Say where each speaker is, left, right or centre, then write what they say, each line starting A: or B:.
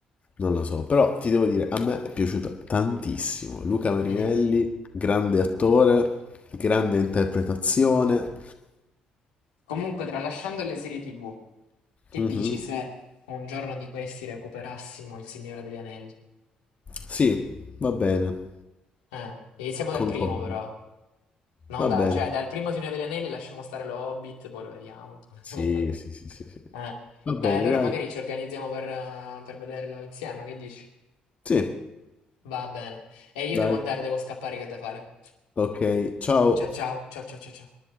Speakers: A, on the left; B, on the left.
A: Non lo so, però ti devo dire, a me è piaciuta tantissimo. Luca Marinelli,
B: Mm.
A: grande attore, grande interpretazione.
B: Comunque, tralasciando le serie TV, che
A: Mhm.
B: dici se un giorno di questi recuperassimo Il Signore degli Anelli?
A: Sì, va bene.
B: Eh, iniziamo dal
A: Concordo.
B: primo, però. Non
A: Va
B: da,
A: bene.
B: cioè, dal primo Signore degli Anelli lasciamo stare lo Hobbit, poi lo vediamo.
A: Sì,
B: <laughs>
A: sì, sì, sì, sì.
B: Eh,
A: Va bene,
B: Dai, allora
A: dai.
B: magari ci organizziamo per, eh, per vederlo insieme, che dici?
A: Sì,
B: Va bene. E io
A: dai.
B: devo andare, devo scappare, che ho da fare.
A: Ok, ciao.
B: Ciao ciao, ciao ciao ciao ciao.